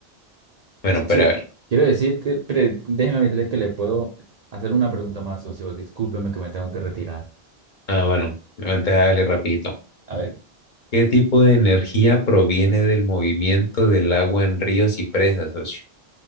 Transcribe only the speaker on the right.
Socio,
quiero decirte, pre- déjeme decirle que le puedo hacer una pregunta más, socio. Discúlpeme que me tengo que retirar.
A ver,